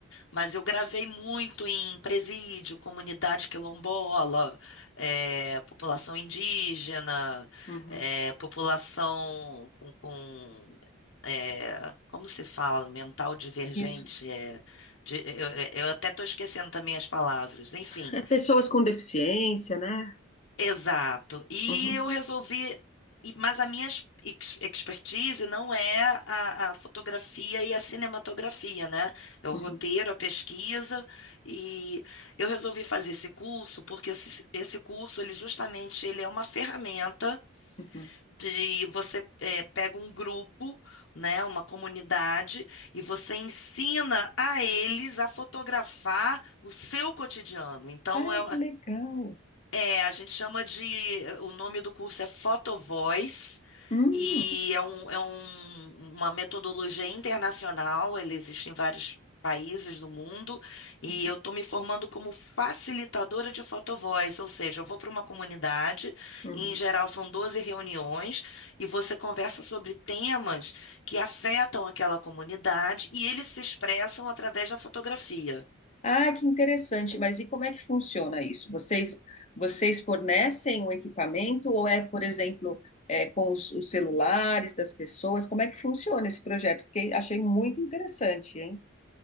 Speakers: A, on the left (about 65°); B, on the left (about 30°).
A: mas eu gravei muito em presídio, comunidade quilombola, é, população indígena,
B: Uhum.
A: é, população com, com, é, como se fala, mental divergente,
B: Isso.
A: é, de- eu eu- eu até estou esquecendo também as palavras, enfim.
B: É pessoas com deficiência, né?
A: Exato. E
B: Uhum,
A: eu resolvi. e- Mas a minha ex- ex- expertise não é a, a fotografia e a cinematografia, né? É o
B: uhum,
A: roteiro, a pesquisa. E eu resolvi fazer esse curso porque esse, esse curso, ele justamente, ele é uma ferramenta
B: uhum.
A: de você eh, pega um grupo, né, uma comunidade, e você ensina a eles a fotografar o seu cotidiano. Então,
B: Ah,
A: é,
B: que legal.
A: é, a gente chama de. eh, O nome do curso é Photovoice
B: Hum,
A: e é, um, é um- uma metodologia internacional, ele existe em vários países do mundo, e
B: uhum,
A: eu estou me formando como facilitadora de Photovoice, ou seja, eu vou para uma comunidade,
B: uhum.
A: e em geral são 12 reuniões, e você conversa sobre temas que afetam aquela comunidade e eles se expressam através da fotografia.
B: Ah, que interessante. Mas e como é que funciona isso? Vocês, vocês fornecem o equipamento ou é, por exemplo, é, com os, os celulares das pessoas? Como é que funciona esse projeto? Fiquei, achei muito interessante, hein?